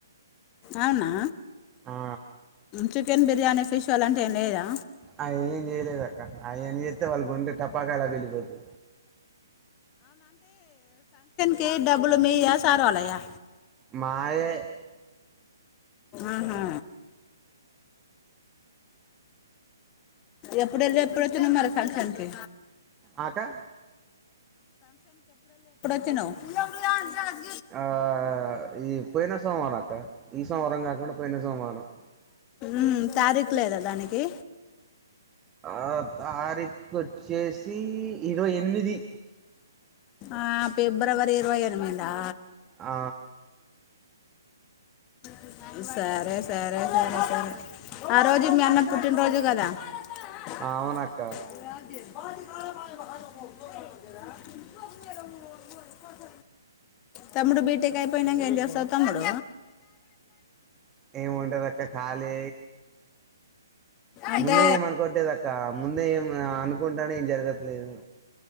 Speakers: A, on the left (about 25°); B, on the right (about 15°).
A: అవునా
B: ఆ
A: చికెన్ బిర్యానీ ఫిష్ చ అలంట ఏం లేదా
B: ఆ ఏం చేయలేదు అక్క ఆయం చేస్తే వాళ్ళ గుండే టపాకా ఎలా వెళ్ళిపోతు
A: కే డబల్ మీయా సారవలాయా
B: మాయే
A: ఆహా ఎప్పుడు వెళ్ళి ఎప్పుడు వచ్చిన మరి ఫక్షన్కి
B: ఆకా
A: స్తును <unintelligible>
B: ఆ ఈ పోయిన సోవారం అక్క ఈ సోమవరారం కాకుండా పోయిన సోవారం
A: ఉ తారీఖు లేదా దానికి
B: ఆ తారీఖు వచ్చేసి ఇరవై ఎనిమిది
A: ఆ ఫిబ్రవరి ఇరవై ఎనిమిద ఆ
B: ఆ
A: సరే సరే సరే సరే ఆ రోజు మీ అన్న పుట్టినరోజు కదా <unintelligible>
B: అవునక్క
A: తమ్ముడు బీటేక్ అయిపోయినాక ఏం చేస్తావు తమ్ముడు
B: ఏము ఉంటది అక్కా ఖాళీ
A: అంటే
B: ముందే ఏం అనుకోట్లేదు అక్క ముందే ఏం అనుకుంటానే ఏం జరగట్లేదు